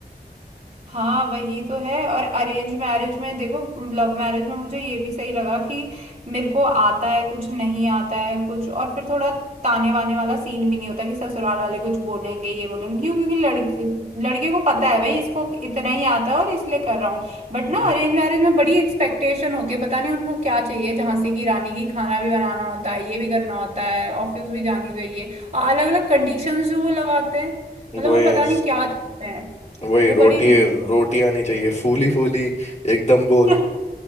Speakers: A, on the right (about 55°); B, on the left (about 40°).
A: हाँ वही तो है और अरेंज मैरिज में देखो लव मैरिज में मुझे ये भी सही लगा कि मेरे को आता है कुछ नहीं आता है कुछ और फिर थोड़ा ताने वाने वाला सीन भी नहीं होता कि ससुराल वाले कुछ बोलेंगे ये बोलेंगे क्यों क्योंकि लड़के लड़के को पता है भाई इसको इतना ही आता है और इसलिए कर रहा हूँ बट ना
B: हम्म।
A: अरेंज मैरिज में बड़ी एक्सपेक्टेशन होती है पता नहीं उनको क्या चाहिए झांसी की रानी की खाना भी बनाना होता है ये भी करना होता है ऑफिस भी जानी चाहिए और अलग अलग कंडीशंस जो वो लगाते हैं मतलब
B: वही
A: वो पता नहीं क्या चाहते हैं
B: वही
A: वो
B: रोटी
A: बड़ी दिक्कत
B: रोटी आनी चाहिए फूली फूली एकदम
A: <laughs>
B: गोल